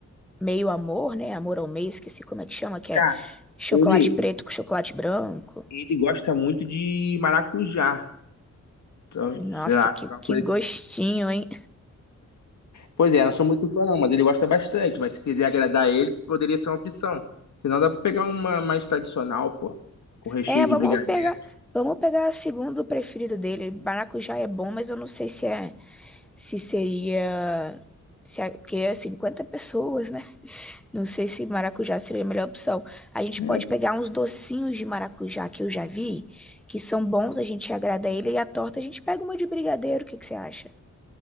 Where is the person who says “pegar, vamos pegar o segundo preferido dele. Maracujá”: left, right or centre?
Centre